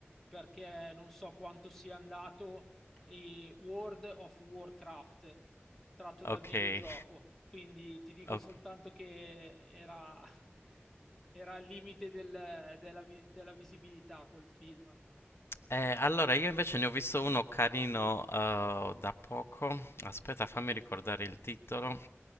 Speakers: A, in the centre; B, on the left (about 65°).
A: perché non so quanto sia andato, eh, World of Warcraft, tratto
B: ok,
A: dal videogioco. Quindi ti dico
B: ok.
A: soltanto che era, <laughs> era al limite del- della vi- della visibilità quel film.
B: Eh, allora, io invece ne ho visto uno carino eh, da poco. Aspetta, fammi ricordare il titolo.